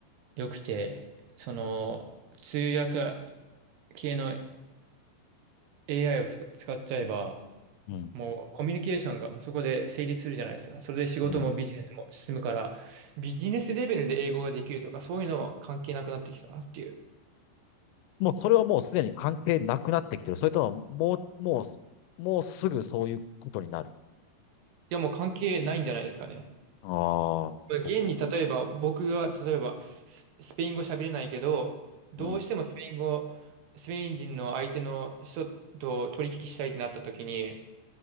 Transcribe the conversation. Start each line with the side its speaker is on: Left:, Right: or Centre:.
Right: よくて、その、通訳系の AI を使使っちゃえば、
Left: うん。
Right: もうコミュニケーションがもうそこで成立するじゃないですか。それで仕事もビジネスも進むから、
Left: うん。
Right: ビジネスレベルで英語ができるとか、そういうのは関係なくなってきたなっていう。
Left: もうそれはもうすでに関係なくなってきてる。それとも、もう、もうす、もうすぐそういうことになる。
Right: いや、もう関係ないんじゃないですかね。
Left: ああ、そうか。
Right: まあ現に例えば、僕が例えばス、スペイン語喋れないけど、どうしてもスペイン語、
Left: うん、
Right: スペイン人の相手の人と取引したいってなった時に、